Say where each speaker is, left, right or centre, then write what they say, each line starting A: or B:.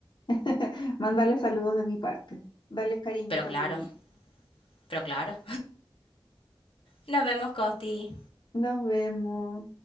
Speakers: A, on the left; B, on the left.
A: <laughs> Mándale saludos de mi parte. Dale cariñito
B: <laughs> Pero claro,
A: por mí.
B: pero claro. Nos vemos, Costi.
A: Nos vemos.